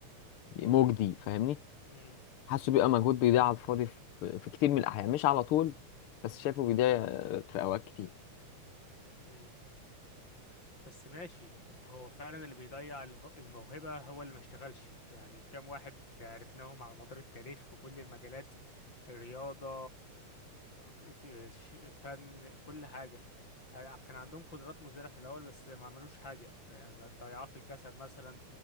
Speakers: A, on the left; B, on the left.
A: مجدي فاهمني
B: م-
A: حاسه بيبقى مجهود بيضيع على الفاضي في في كتير من الاحيان مش على طول بس شايفه بيضيع في اوقات كتير
B: م. بس ماشي هو فعلا اللي بيضيع اله- الموهبة هو اللي ما اشتغلش يعني كام واحد عرفناهم على مدار التاريخ في كل المجالات رياضة ك- ش- فن كل حاجة كان عندهم قدرات مزدهرة في الأول بس ما عملوش حاجة يعني ضيعوها في الكسل مثلا